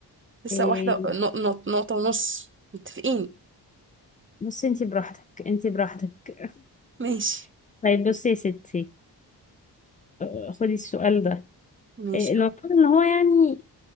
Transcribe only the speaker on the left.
إيه
بصي انتي براحتك انتي براحتك
<laughs> طيب بصي يا ستي آه، خدي السؤال ده
إيه المفروض ان هو يعني